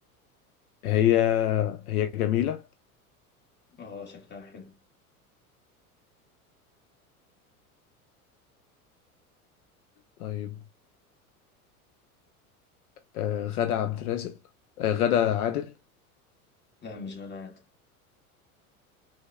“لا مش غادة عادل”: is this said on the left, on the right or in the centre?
Left